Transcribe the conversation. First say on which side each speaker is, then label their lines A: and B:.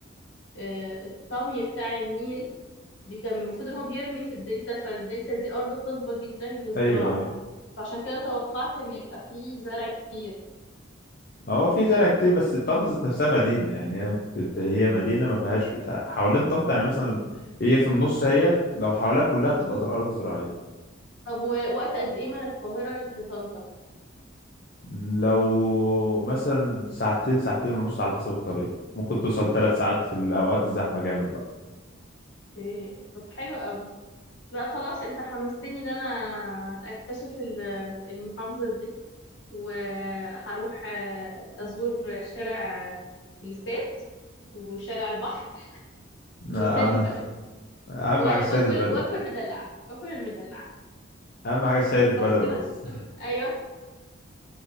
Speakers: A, on the left; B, on the left.
A: آه، الطمي بتاع النيل بي- كان المفروض ان هو بيرمي في الدلتا فالدلتا دي ارض خصبة جدا للزراعة
B: ايوه ايوه
A: فعشان كده توقعت ان يبقى فيه زرع كتير
B: هو في زرع كتير بس طنطا ذات نفسها مدينة يعني هي ممكن تت... هي مدينة ما فيهاش بتاع حوالين
A: مم.
B: طنطا يعني مثلا هي في النص هي لو حواليها كلها
A: مم.
B: بتبقى زر... أراضي زراعية
A: طب ووقت قد ايه من القاهرة لطنطا
B: لو مثلا ساعتين ساعتين ونص على حسب الطريق ممكن توصل ثلاث ساعات في الأوقات الزحمة جامد بقى
A: اوكي طب حلو قوي لا خلاص انت حمستني ان انا اكتشف ال- المحافظة دي وهروح آه، أزور شارع الاستاد وشارع البحر والسيد
B: آه،
A: البدوي
B: أهم
A: و-
B: حاجة السيد
A: واكل
B: البدوي
A: واكل مدلعة واكل المدلعة
B: أهم حاجة السيد البدوي
A: صح كده؟
B: بس
A: ايوه